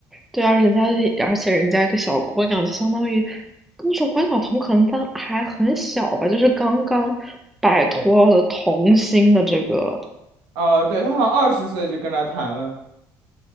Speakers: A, in the centre; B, on the right (about 85°).
A: 对啊，人家而且人家一个小姑娘，就相当于那时候关晓彤可能当还很小吧，就是刚刚摆脱了童星的这个，
B: 哦、对，她好像二十岁就跟他谈了。